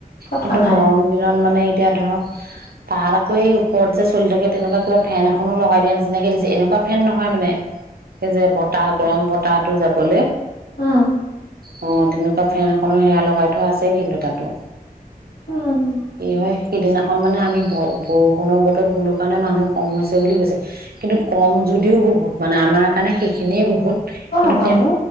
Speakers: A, on the left (about 75°); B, on the right (about 75°).
A: কথা
B: কিন্তু
A: নাই
B: গৰম দিনত মানে, এতিয়া ধৰক তাত আকৌ এই ওপৰত যে চলি থাকে তেনেকুৱা কিবা ফেন এখনো লগাই দিয়া নিচিনাকে দিছে এনেকুৱা ফেন নহয় মানে এই যে বতাহ গৰম বতাহ তাতো যাবলৈ
A: অ
B: অ তেনেকুৱা ফেন এখন সেয়া লগাই থোৱা আছেই কিন্তু তাতো
A: উম
B: কি হয় সিদিনা মানে আমি ব বৰষুণৰ বতৰত গলো কাৰণে মানুহ কম হৈছে বুলি কৈছে। কিন্তু কম যদিও বহুত মানে আমাৰ কাৰণে সেইখিনিয়ে বহুত বহুত
A: হয় নে